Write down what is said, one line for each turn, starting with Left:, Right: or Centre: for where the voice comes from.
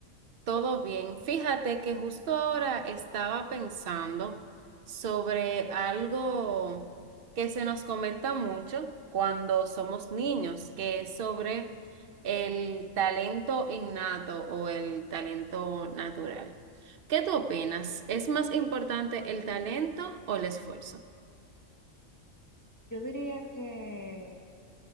Right: ¿Todo bien? Fíjate que justo ahora estaba pensando sobre algo que se nos comenta mucho cuando somos niños, que es sobre el talento innato o el talento natural. ¿Qué tú opinas? ¿Es más importante el talento o el esfuerzo?
Left: Yo diría que